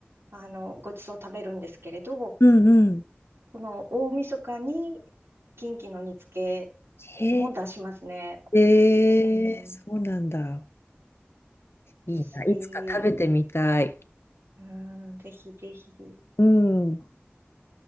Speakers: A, on the right; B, on the left.
A: あの、ごちそう食べるんですけれど、
B: うん。
A: この大晦日に、近畿の煮付
B: へえ、
A: けも出しますね。
B: えー、
A: うん、
B: そうなんだ。
A: 美味しい。
B: いいな。いつか食べてみたい。
A: うん、ぜひぜひ。
B: うん。